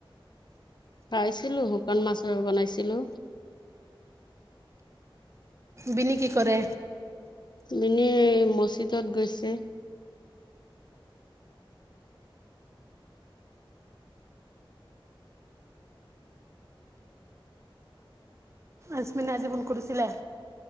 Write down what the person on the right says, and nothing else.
বিনিকি কৰেৰে
আজ্মিন আজীৱন কৰিছিলে